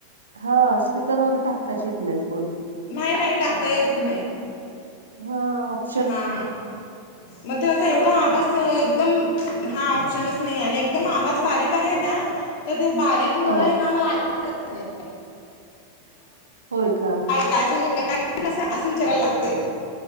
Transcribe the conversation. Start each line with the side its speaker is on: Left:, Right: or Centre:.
Right: हा स्पीकरवर टाकताच येत नाही फोन.
Left: नाही नाही टाकता येत नाही
Right: हा आप
Left: हा. मग ते माचा एवढा आवाज एकदम हा ऑप्शनच नाही आणि एकदम आवाज बारीक आहे ना? तर ते बारीक मुळ
Right: हा
Left: आहे ना? <unintelligible>
Right: होय का
Left: काय झालं काय -लं असं विचारायला लागतंय.